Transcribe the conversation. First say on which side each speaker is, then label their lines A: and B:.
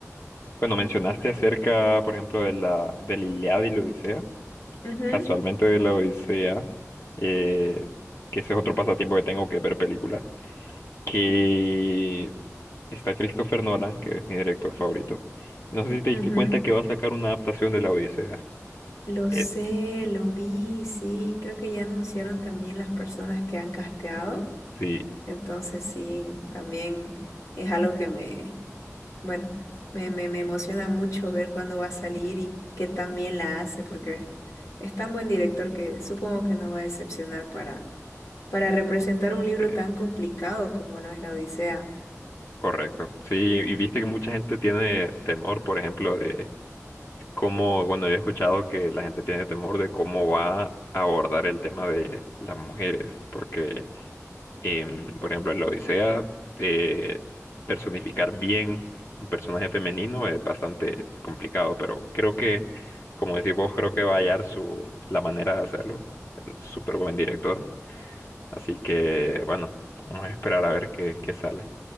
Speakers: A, on the left; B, on the left.
A: Bueno, mencionaste acerca, por ejemplo, de la, del Iliada y la Odisea.
B: Ujú,
A: Casualmente de la Odisea, eh, que ese es otro pasatiempo que tengo que es ver películas. Que está Christopher Nolan, que es mi director favorito. No sé si te
B: ujú.
A: diste cuenta que va a sacar una adaptación de la Odisea.
B: Lo
A: Eh,
B: sé, lo vi, sí, creo que ya anunciaron también las personas que han casteado,
A: sí.
B: entonces sí, también es algo que me, bueno, me, me, me emociona mucho ver cuándo va a salir y qué también la hace, porque es tan buen director que supongo que no va a decepcionar para, para representar un libro
A: sí.
B: tan complicado como lo es la Odisea.
A: Correcto. Sí, y viste que mucha gente tiene temor, por ejemplo, de cómo, bueno, yo he escuchado que la gente tiene temor de cómo va a abordar el tema de las mujeres, porque, em, por ejemplo, en la Odisea, eh, personificar bien un personaje femenino es bastante complicado, pero creo que, como decís vos, creo que va a hallar su, la manera de hacerlo, el súper buen director. Así que, bueno, vamos a esperar a ver qué, qué sale.